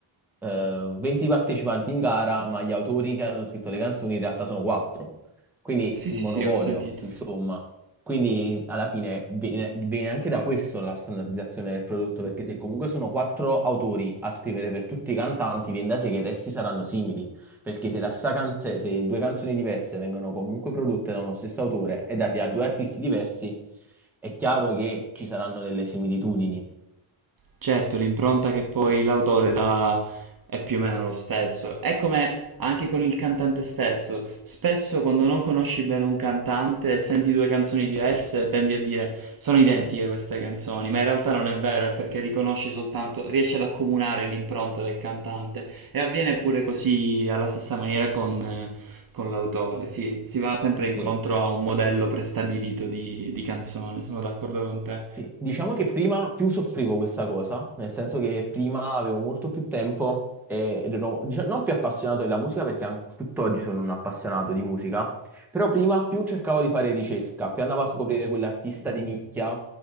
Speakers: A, in the centre; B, on the right (about 45°).
A: eh, 20 partecipanti in gara, ma gli autori che hanno scritto le canzoni in realtà sono 4 quindi
B: Sì,
A: un
B: sì,
A: monopolio,
B: sì, ho sentito.
A: insomma. Quindi alla fine viene, viene anche da questo la standardizzazione del prodotto, perché se comunque sono quattro autori a scrivere per tutti i cantanti, viene da sé che i testi saranno simili, perché se, la stessa can- cioè, se due canzoni diverse vengono comunque prodotte da uno stesso autore e date a due artisti diversi, è chiaro che ci saranno delle similitudini.
B: Certo, l'impronta che poi l'autore dà è più o meno lo stesso. È come anche con il cantante stesso. Spesso quando non conosci bene un cantante e senti due canzoni diverse, tendi a dire sono identiche queste canzoni, ma in realtà non è vero, è perché riconosci soltanto, riesci ad accomunare l'impronta del cantante. E avviene pure così alla stessa maniera con, eh, con l'autore. Sì, si va sempre incontro
A: Sì,
B: a un modello prestabilito di di canzone, sono d'accordo con te.
A: sì. Diciamo che prima più soffrivo questa cosa, nel senso che prima avevo molto più tempo e- ed ero dicia- non più appassionato della musica perché anche tutt'oggi sono un appassionato di musica, però prima più cercavo di fare ricerca, più andavo a scoprire quell'artista di nicchia.